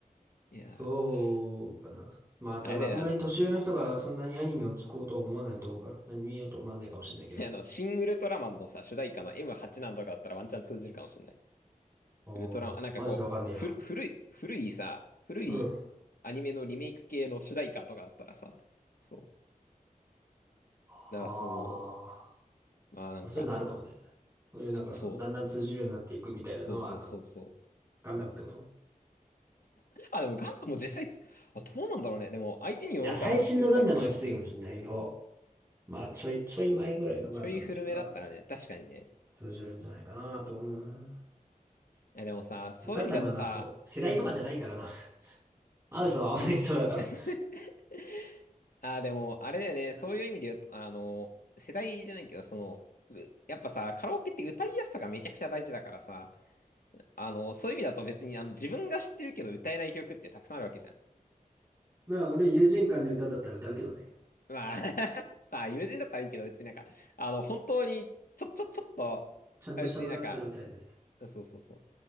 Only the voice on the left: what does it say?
いやー、
あれだよね、あの、
<laughs> あの、シン・ウルトラマンのさ、主題歌の M8 なんとかだったらワンチャン通じるかもしれない。
ウルトラマン、あ、なんかこう、
ふ、古い、古いさ、古い
アニメのリメイク系の主題歌とかだったらさ、そう。
だからそう、まあなんか、
そう、
そうそうそうそう。
あ、でもガンダムも実際つ、あ、どうなんだろうね。でも相手によるから、
よるだろうけど、
ちょい古めだったらね、確かにね。
え、でもさ、そういう意味だとさ、
うん。
<laughs> ああでも、あれだよね、
そういう意味で言うと、あの、世代じゃないけど、その、うやっぱさ、カラオケって歌いやすさがめちゃくちゃ大事だからさ、あの、そういう意味だと別に、あの、自分が知ってるけど歌えない曲ってたくさんあるわけじゃん。
まあ、<laughs> まあ、友人だったらいいけど、別になんか、あの、本当に、ちょ、ちょ、ちょっと、
あ別になんか、そうそうそう。